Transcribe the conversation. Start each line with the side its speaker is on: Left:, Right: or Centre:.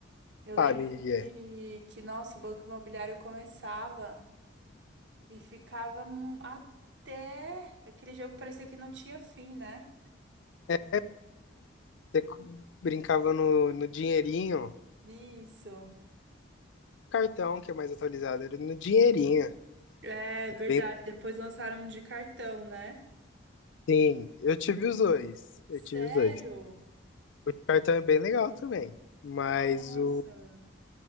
Right: Eu
Left: Sabe,
Right: lembro que,
Left: é.
Right: que, nossa, o banco imobiliário começava e ficava hum, até... Aquele jogo parecia que não tinha fim, né?
Left: É, você cu- brincava no, no dinheirinho,
Right: Isso.
Left: cartão que é mais atualizado, era no dinheirinho.
Right: É
Left: Era
Right: verdade,
Left: bem.
Right: depois lançaram um de cartão, né?
Left: Sim, eu tive os dois.
Right: Sério?
Left: Eu tive os dois. O cartão é bem legal também, mas
Right: Nossa.
Left: o